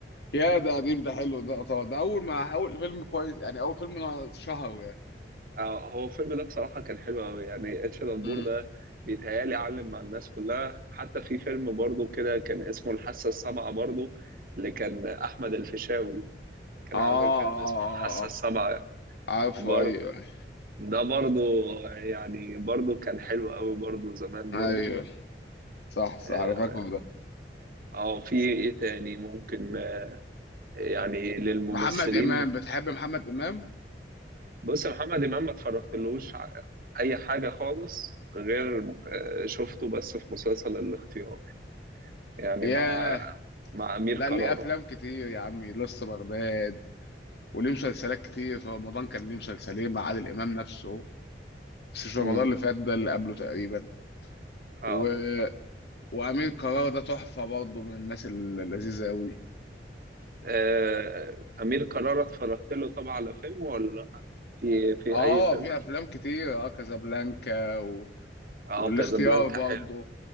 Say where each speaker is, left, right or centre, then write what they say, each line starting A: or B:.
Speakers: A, on the left; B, on the right.
A: يا ده قديم ده حلو ده طبعا ده اول ما اول فيلم كويس يعني اول فيلم شهر يعني
B: اه هو الفيلم ده بصراحة كان حلو قوي يعني اتش دبور
A: مم.
B: ده بيتهيألي علم مع الناس كلها حتى في فيلم برضه كده كان اسمه الحاسة السابعة برضه اللي كان أحمد الفيشاوي كان
A: اه
B: عامل فيلم
A: اه
B: اسمه الحاسة
A: اه اه
B: السابعة
A: عارفه
B: برضه
A: ايوه
B: ده برضه يعني برضه كان حلو قوي برضه زمان
A: ايوه
B: برضه
A: صح صح
B: اه
A: انا فاكره ده
B: آه، في ايه تاني ممكن يعني للممثلين
A: محمد امام بتحب محمد امام
B: بص يا محمد امام ما اتفرجتلوش ع- اي حاجه خالص غير آه، شفته بس في مسلسل الاختيار يعني
A: ياه
B: مع مع امير
A: لا
B: كرارة
A: ليه افلام كتير يا عمي لسه بغداد وليه مسلسلات كتير في رمضان كان ليه مسلسلين مع عادل امام نفسه بس مش رمضان
B: امم
A: اللي فات ده اللي قبله تقريبا
B: اه
A: و... وامير كرارة ده تحفه برضه من الناس اللذيذه قوي
B: آه، امير كرارة اتفرجت له طبعا على فيلم ولا لأ؟ في في
A: اه
B: اي فيلم
A: في
B: اتف-
A: افلام كتير اه كازابلانكا و...
B: اه
A: والاختيار
B: كازابلانكا
A: برضه
B: حلو